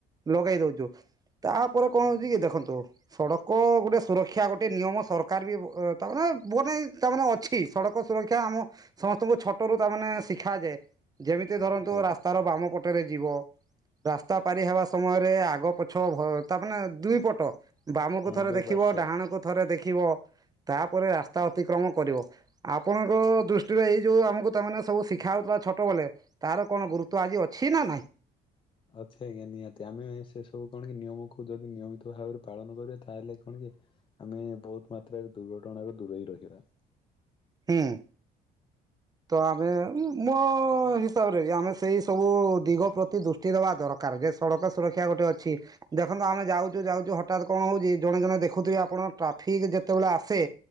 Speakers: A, on the right; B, on the left.
A: ଲଗେଇ ଦଉଛୁ ତାପରେ କଣ ହଉଛି କି ଦେଖନ୍ତୁ ସଡ଼କ କ ଗୋଟେ ସୁରକ୍ଷା ଗୋଟେ ନିୟମ ସରକାର ବି ତାମାନେ ମାନେ ତାମାନେ ବହୁତ୍ ହିଁ ଅଛି ସଡ଼କ ସୁରକ୍ଷା ଆମ ସମସ୍ତଙ୍କୁ ଛୋଟ ରୁ ତାମାନେ ଶିଖାଯାଏ ଯେମିତି ଧରନ୍ତୁ
B: ଆଜ୍ଞା
A: ରାସ୍ତାର ବାମ ପଟରେ ଯିବ। ରାସ୍ତା ପାରି ହେବା ସମୟରେ ଆଗ ପଛ ତା ମାନେ ଦୁଇ ପଟ ବାମ
B: ହଁ
A: ଥରେ
B: ଦୁଇ
A: ଦେଖିବ
B: ପାର୍ଶ୍ଵ।
A: ଡାହାଣକୁ ଥରେ ଦେଖିବ ତାପରେ ରାସ୍ତା ଅତିକ୍ରମ କରିବ। ଆପଣଙ୍କ ଦୃଷ୍ଟିରେ ଏଇ ଯୋଉ ଆମକୁ ତାମାନେ ସବୁ ଶିଖା ହଉଥିଲା ଛୋଟ ବେଳେ ତାର କଣ ଗୁରୁତ୍ଵ ଆଜି ଅଛି ନା ନାଇଁ?
B: ଅଛି ଆଜ୍ଞା ନିହାତି ଆମେ ସେ ସବୁ କଣ କି ନିୟମକୁ ଯଦି ନିୟମିତ ଭାବରେ ପାଳନ କରିବା ତାହେଲେ କଣ କି? ଆମେ ବହୁତ ମାତ୍ରାରେ ଦୁର୍ଘଟଣାରୁ ଦୂରେଇ ରହିବା।
A: ହୁଁ। ତ ଆମେ ମୋ ହିସାବରେ ଆମେ ସେଇ ସବୁ ଦିଗ ପ୍ରତି ଦୁ ଷ୍ଟି ଦେବା ଦରକାର ଯେ ସଡ଼କ ସୁରକ୍ଷା ଗୋଟେ ଅଛି। ଦେଖନ୍ତୁ ଆମେ ଯାଉଛୁ ଯାଉଛୁ ହଠାତ୍ କଣ ହଉଛି ଜଣେ ଜଣେ ଦେଖୁଥିବେ ଆପଣ ଟ୍ରାଫିକ୍ ଯେତେବେଳେ ଆସେ,